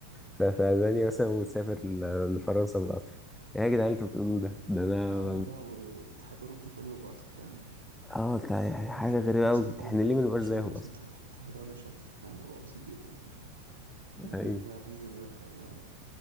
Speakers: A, in the centre; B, on the right.
A: في, في ألمانيا مثلا وتسافر ل- لفرنسا بالقطر ايه يا جدعان اللي انتوا بتقولوه ده ده انا
B: اه الموضوع و- الاتحاد الأوروبي كله بقطر فاهم يعني؟
A: اه ده
B: يعني
A: حاجة
B: تاخد
A: غريبة
B: لك مثلا
A: قوي
B: كل
A: احنا ليه ما
B: كل
A: نبقاش زيهم
B: شهر مثلا
A: اصلا
B: تروح تروح دولة شكل فاهم الموضوع بسيط جدا من غير
A: ايوه
B: بقى فيزا من غير حاجة